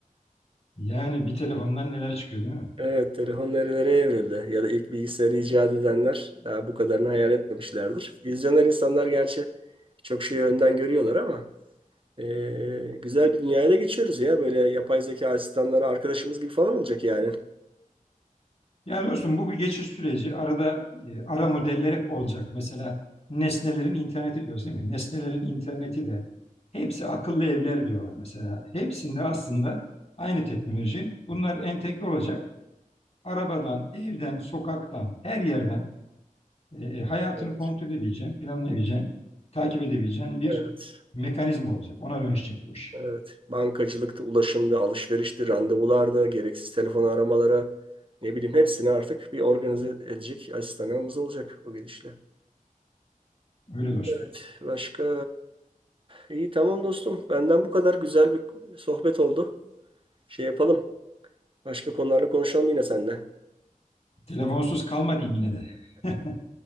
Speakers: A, on the left; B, on the right.
A: Yani bir telefondan neler çıkıyor değil mi?
B: Evet, telefon nerelere evrildi ya da ilk bilgisayarı icat edenler daha bu kadarını hayal etmemişlerdir. Vizyoner insanlar gerçi çok şeyi önden görüyorlar ama eee, güzel bir dünyaya da geçiyoruz ya. Böyle yapay zeka asistanları arkadaşımız gibi falan olacak yani.
A: Yani dostum bu bir geçiş süreci. Arada e, ara modeller hep olacak. Mesela nesnelerin interneti diyoruz değil mi? Nesnelerin interneti de hepsi akıllı evler diyorlar mesela. Hepsinde aslında aynı teknoloji. Bunlar entegre olacak. Arabadan, evden, sokaktan, her yerden e, e, hayatını
B: Evet,
A: kontrol edebileceğin, planlayabileceğin, takip edebileceğin bir
B: evet,
A: mekanizma olacak. Ona dönüşecek bu iş.
B: evet. Bankacılıkta, ulaşımda, alışverişti, randevularda, gereksiz telefon aramalara ne bileyim hepsini artık bir organize edecek asistanımız olacak o gidişle.
A: Öyle dostum.
B: Evet. Başka eh, iyi tamam dostum. Benden bu kadar güzel bir sohbet oldu. Şey yapalım. Başka konularla konuşalım yine seninle.
A: Telefonsuz kalma diyeyim yine de. <laughs>